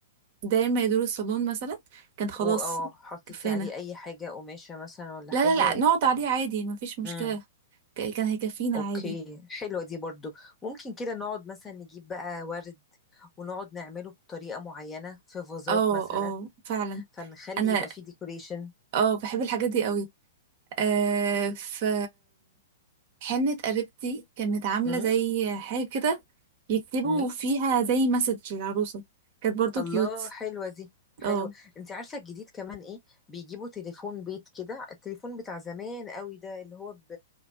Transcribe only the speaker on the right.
داير ما يدور الصالون مثلا كان خلاص
كفانا
لا
لا
لا نقعد
عليه عادي ما فيش مشكلة
ك- كان هيكفينا
عادي
اه
اه فعلا
انا
اه بحب الحاجات دي قوي آه في حنة قريبتي كانت عاملة
زي حاجة كده يكتبوا
فيها زي مسج للعروسة كانت برضو
كيوت
اه